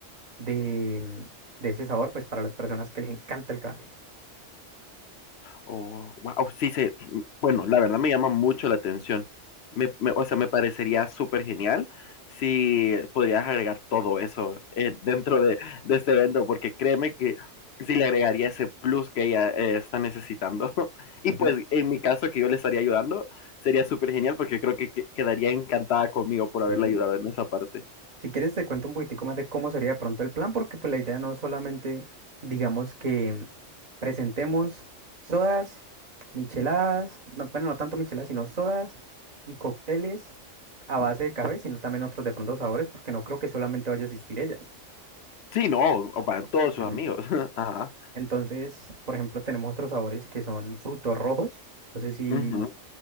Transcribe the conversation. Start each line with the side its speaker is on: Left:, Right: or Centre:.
Right: de, em, de ese sabor, pues para las personas que les encanta el café.
Left: Oh, wow, sí, se, bueno, la verdad me llama mucho la atención. Me, me- o sea, me parecería súper genial si podrías agregar todo eso eh, dentro de, de este evento, porque créeme que sí le agregaría ese plus que ella eh, está necesitando. <laughs> Y
Right: Ujú,
Left: pues en mi caso que yo le estaría ayudando, sería súper genial porque creo que, que- quedaría encantada conmigo por haberle
Right: ujú.
Left: ayudado en esa parte.
Right: Si quieres, te cuento un poquitico más de cómo sería de pronto el plan, porque pues la idea no es solamente, digamos que Presentemos sodas, micheladas, no, bueno, no tanto micheladas, sino sodas y cócteles a base de café, sino también otros de pronto sabores, porque no creo que solamente vaya a existir ella.
Left: Sí, no, o van todos sus
Right: Ujú.
Left: amigos. <laughs> Ajá.
Right: Entonces, por ejemplo, tenemos otros sabores que son frutos rojos. No sé si
Left: Ujú.